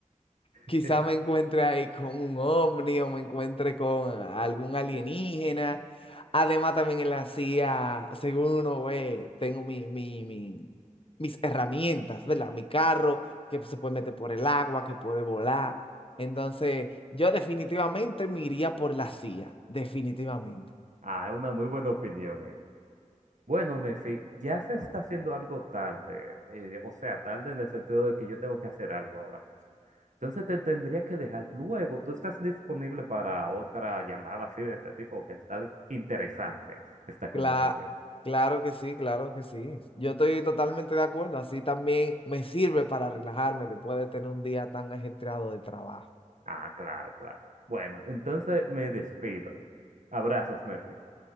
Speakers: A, on the right (about 65°); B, on the left (about 45°).
A: <laughs>
B: Quizá me encuentre ahí con un ovni o me encuentre con algún alienígena. Además, también en la CIA, según uno ve, tengo mi, mi- mi- mis herramientas, ¿verdad? Mi carro, que se puede meter por el agua, que puede volar. Entonces, yo definitivamente me iría por la CIA, definitivamente.
A: Ah, es una muy buena opinión esa. Bueno, Mefi, ya se está haciendo algo tarde, eh, o sea, tarde en el sentido de que yo tengo que hacer algo ahora mismo. Entonces te tendría que dejar. Luego, tú estás disponible para otra llamada así de este tipo, que está interesante esta conversación.
B: Cla- claro que sí, claro que sí. Yo estoy totalmente de acuerdo. Así también me sirve para relajarme después de tener un día tan ajetreado de trabajo.
A: Ah, claro, claro. Bueno, entonces me despido. Abrazos, Mefi.